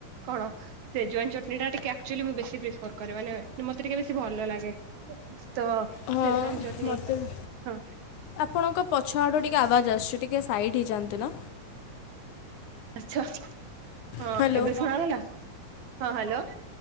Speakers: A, on the right; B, on the left.
A: କଣ? ସେଜୱାନ୍‌ ଚଟନୀଟା ଟିକେ, ଆକ୍ଚୁଆଲି, ମୁଁ ବେଶୀ ପ୍ରିଫର୍ କରେ। ମାନେ, ମତେ ଟିକେ ବେଶୀ ଭଲ ଲାଗେ। ତ
B: ହଁ।
A: ସେଜୱାନ ଚଟଣି
B: ମୋତେ ବି।
A: ହଁ।
B: ଆପଣଙ୍କ ପଛ ଆଡ଼ୁ ଟିକେ ଆବାଜ୍ ଆସୁଛି। ଟିକେ ସାଇଡ୍‌ ହେଇଯାଆନ୍ତୁ ନା?
A: ଆଚ୍ଛା। ହଁ,
B: ହ୍ୟାଲୋ
A: ଏବେ ଶୁଣାଗଲା। ହଁ, ହ୍ୟାଲୋ।